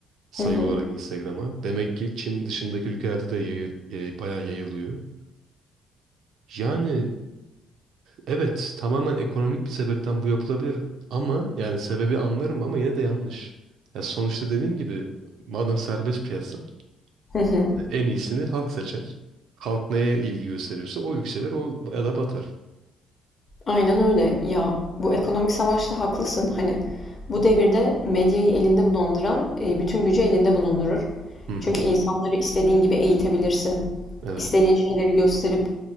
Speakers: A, on the right (about 75°); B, on the left (about 25°).
A: sayı
B: Hı hı.
A: olarak Instagram'a. Demek ki Çin dışındaki ülkelerde de yayı- yayı- bayağı yayılıyor. Yani e, evet tamamen ekonomik bir sebepten bu yapılabilir ama yani sebebi anlarım ama yine de yanlış. Ya sonuçta dediğin gibi madem serbest piyasa
B: Hı hı.
A: hani en iyisini halk seçer. Halk neye ilgi gösteriyorsa o yükselir o ya da batar.
B: Aynen öyle. Ya bu ekonomik savaşta haklısın. Hani bu devirde medyayı elinde bulunduran e, bütün gücü elinde bulundurur.
A: Hı hı,
B: Çünkü insanları istediğin gibi eğitebilirsin.
A: evet.
B: İstediğin şeyleri gösterip